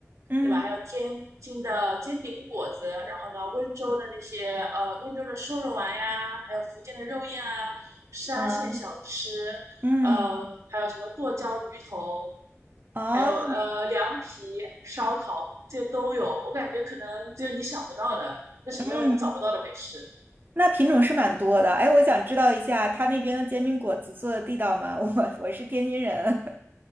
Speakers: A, on the right; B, on the right.
A: 嗯
B: 对吧？还有天津的煎饼果子，然后呢，温州的那些呃，温州的瘦肉丸呀，还有福建的肉燕啊，沙县小吃，
A: 嗯，嗯，
B: 呃，还有什么剁椒鱼头，
A: 哦，
B: 还有呃凉皮、烧烤，这些都有。我感觉可能只有你想不到的，但是没有你找不到的美食。
A: 嗯，那品种是蛮多的。哎，我想知道一下，他那边的煎饼果子做的地道吗？<laughs> 我我是天津人。